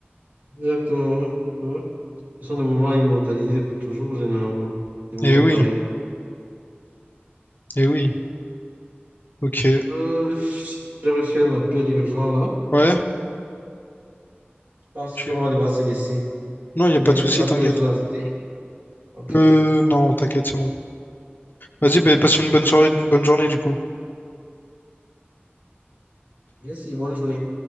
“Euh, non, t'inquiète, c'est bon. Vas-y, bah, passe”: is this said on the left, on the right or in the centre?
Left